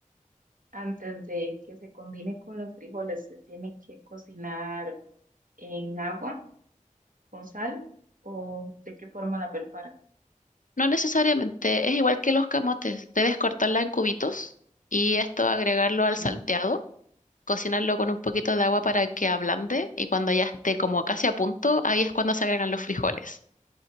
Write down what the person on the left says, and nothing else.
No necesariamente, es igual que los camotes, debes cortarla en cubitos y esto agregarlo
al salteado cocinarlo con un poquito de agua para que ablande y cuando ya esté como casi a punto, ahí es cuando se agregan los frijoles.